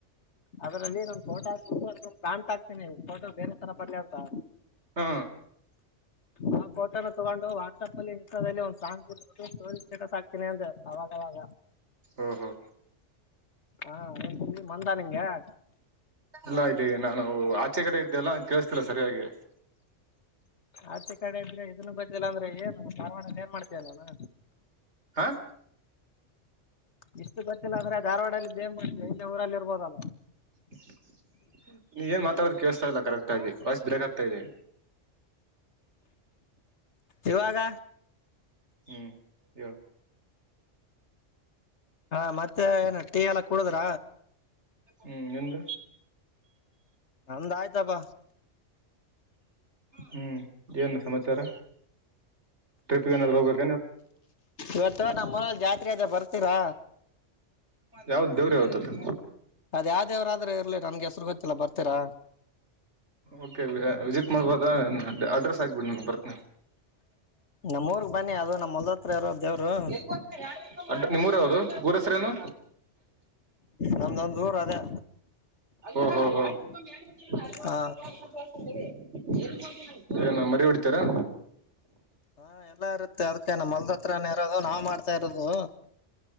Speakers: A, on the left; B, on the right.
A: ಅದರಲ್ಲಿ ನನ್ ಫೋಟೋ ಹಾಕ್ಬಿಟ್ಟು ಅದಕ್ ಒಂದ್ ಪ್ಯಾಂಟ್ ಹಾಕ್ತೀನಿ ಫೋಟೋ ಬೇರೆ ತರಾ ಬರ್ಲಿ ಅಂತಾ.
B: ಹ್ಮ
A: ಆ ಫೋಟೋನ ತಗೊಂಡು ವಾಟ್ಸಆಪ್ ಅಲ್ಲಿ ಇನ್ಸ್ಟಾದಲ್ಲಿ ಒಂದ್ ಸಾಂಗ್ ಕುಡ್ಸ ಬಿಟ್ಟು ಸ್ಟೋರಿ ಸ್ಟೇಟಸ್ ಹಾಕ್ತೀನಿ ಅಂದೆ ಅವಾಗಅವಾಗ.
B: ಹೊ ಹೋ
A: ಹಾ ಏನ್ ಕಿವಿ ಮಂದ ನಿಂಗೆ
B: ಅಲ್ಲಾ ಇದೆ ನಾನು ಆಚೆ ಕಡೆ ಇ ಇದೆವಲ್ಲಾ ಕೇಳಸ್ತಿಲ್ಲ ಸರಿಯಾಗಿ
A: ಆಚೆ ಕಡೆ ಇದ್ರೆ ಇದನ್ನು ಗೊತ್ತಿಲ್ಲ ಅಂದ್ರೆ ಏನು ಧಾರವಾಡಲ್ಲಿ ಏನ್ ಮಾಡ್ತಿಯಾ ನೀನು
B: ಹಾಂ
A: ಇಷ್ಟು ಗೊತ್ತಿಲ್ಲ ಅದ್ರೆ ಧಾರವಾಡಲ್ಲಿದ ಏನ್ ಮಾಡ್ತಿಯಾ ಇಲ್ಲಿ ಊರಲ್ಲಿ ಇರ್ಬೋದಲ್ಲ
B: <unintelligible> ಏ ಮತ್ತ್ ತಡರಿ ಕೇಳಸ್ತಾ ಇಲ್ಲ ಕರೆಕ್ಟ್ ಆಗಿ ವಾಯ್ಸ್ ಬ್ರೇಕ್ ಆಗತಾ ಇದೆ.
A: ಇವಾಗ
B: ಹ್ಮ್ ಹೇಳ
A: ಹಾ ಮತ್ತೆ ಏನ ಟೀ ಎಲ್ಲ ಕುೂಡುದ್ರ.
B: ಹ್ಮ್ ನಿಮ್ದ
A: ನಂದ್ ಆಯ್ತಪ್ಪ
B: ಹ್ಮ್ ಏನ್ ಸಮಾಚಾರ ಟ್ರಿಪ್ ಏನಾದ್ರು ಹೋಗಬೇಕ
A: ಇವತ್ತು ನಮ್ಮ ಉರಲ್ ಜಾತ್ರೆ ಅದ ಬರ್ತೀರಾ
B: ಯಾವ್ದ್ ದೇವ್ರ ಯಾವ್ದದು
A: ಅದ ಯಾವ ದೇವರಾದ್ರೆ ಇರ್ಲಿ ನನ್ಗೆ ತುರ್ಗತ್ತಲ್ಲ ಬರ್ತೀರಾ
B: ಓಕೆ ವಿಸಿಟ್ ಮಾಡ್ಬದ ಅಡ್ರೆಸ್ ಹಾಕ್ಬಿಡಿ ನಾನ್ ಬರ್ತನ
A: ನಮ್ಮ ಊರಿಗ್ ಬನ್ನಿ ಅದು ನಮ್ಮ ಹೊಲದ ಹತ್ರ ಇರೋ ದೇವ್ರು
B: <unintelligible> ಆಂಟಿ ನಿಮ್ಮೂರ ಯಾವ್ದ ಊರ ಹೆಸರೇನು
A: ನಮ್ದೊಂದ ಊರ ಅದೇ
B: ಹ್ಮ್ ಹ್ಮ್ ಹ್ಮ್ <unintelligible>
A: ಹಾ
B: ಏನು ಮರಿ ಹೊಡ್ತೀರಾ
A: ಹಾ ಎಲ್ಲ ಇರುತ್ತೆ ಅದ್ಕ ನಮ್ಮ ಹೋಲ್ಡ್ ಹತ್ರನ ಇರೋದು ನಾವ್ ಮಾಡ ತ ಇರೋದು